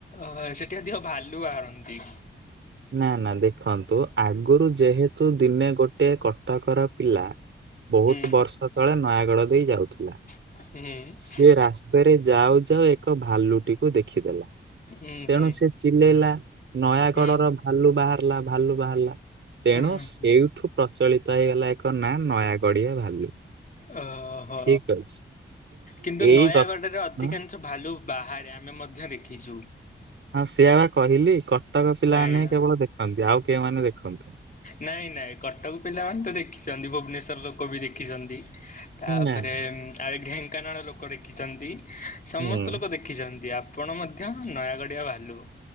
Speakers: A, on the left (about 40°); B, on the right (about 70°).
A: ଓହୋ ସେଠି ଅଧିକ ଭାଲୁ ବାହାରନ୍ତି।
B: ନା ନା ଦେଖନ୍ତୁ ଆଗରୁ ଯେହେତୁ ଦିନେ ଗୋଟେ କଟକର ପିଲା। ବହୁତ
A: ହୁଁ
B: ବର୍ଷ ତଳେ ନୟାଗଡ଼ ଦେଇ ଯାଉଥିଲା।
A: ହୁଁ।
B: ସେ ରାସ୍ତାରେ ଯାଉ ଯାଉ ଏକ ଭାଲୁଟିକୁ ଦେଖିଦେଲା
A: ହୁଁ ହୁଁ
B: ତେଣୁ ସେ। ଚିଲେଇଲା ନୟାଗଡର
A: ହୁଁ
B: ଭାଲୁ ବାହାରିଲା ଭାଲୁ ବାହାରିଲା ତେଣୁ
A: ହୁଁ
B: ସେଇଠୁ।
A: ହୁଁ।
B: ପ୍ରଚଳିତ ହେଇଗଲା ଏକ ନାଁ ନୟାଗଡିଆ ଭାଲୁ।
A: ଓହୋ
B: ଠିକ ଅଛି।
A: କିନ୍ତୁ
B: ଏଇ
A: ନୟାଗଡ଼ରେ
B: ଗ
A: ଅଧିକାଂ ଶ ଭାଲୁ ବାହାରେ ଆମେ ମଧ୍ୟ ଦେଖିଛୁ।
B: ହଁ ସେଇଆ ବା କହିଲି କଟକ ପିଲାମାନେ
A: ଆଜ୍ଞା
B: ହିଁ କେବଳ ଦେଖନ୍ତି ଆଉ କେଉଁମାନେ ଦେଖନ୍ତିନି।
A: ନାଇଁ ନାଇଁ କଟକ ପିଲାମାନେ ତ ଦେଖିଛନ୍ତି ଭୁବନେଶ୍ଵର ଲୋକ ବି ଦେଖିଛନ୍ତି। ତାପରେ
B: ନାଇଁ।
A: ଉଁ ଢେଙ୍କାନାଳ ଲୋକ ଦେଖିଛନ୍ତି‌ ସମସ୍ତ
B: ହୁଁ
A: ଲୋକ ଦେଖି ଦେଖିଛନ୍ତି ଆପଣ ମଧ୍ୟ ନୟାଗଡିଆ ଭାଲୁ।